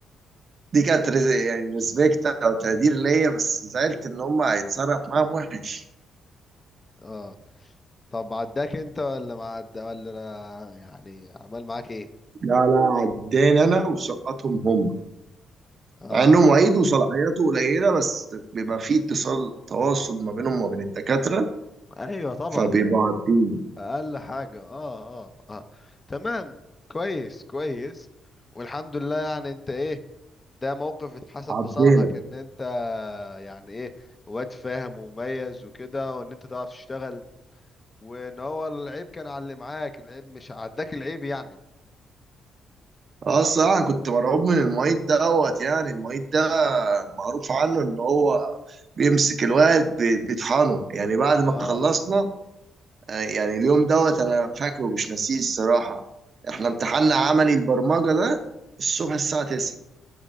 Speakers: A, on the right (about 40°); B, on the left (about 20°).
A: دي كانت رز-
B: مم.
A: يعني ريسبكت او تقدير ليا بس زعلت ان هم هيتصرف معاهم وحش
B: اه طب عداك انت ولا ما عدا ولا يعني عمل معاك ايه
A: لا لا عداني انا وسقطهم هم
B: اه
A: مع انه معيد وصلاحياته قليله بس بيبقى فيه اتصال تواصل ما بينهم وما بين الدكاتره
B: ايوه طبعا
A: فبيبقوا عارفين
B: اقل حاجه اه اه اه تمام كويس كويس والحمد لله يعني انت ايه ده موقف اتحسب
A: عارفينك
B: في صالحك ان انت يعني ايه واد فاهم ومميز وكده وان انت تعرف تشتغل وان هو العيب كان على اللي معاك العيب مش عداك العيب يعني
A: اه الصراحه كنت مرعوب من المعيد دوت يعني المعيد ده معروف عنه ان هو بيمسك الواد بي- بيطحنه يعني بعد
B: اه
A: ما خلصنا آه، يعني اليوم دوت انا فاكره مش ناسيه الصراحه احنا
B: امم
A: امتحاننا عملي البرمجه ده الصبح الساعه 9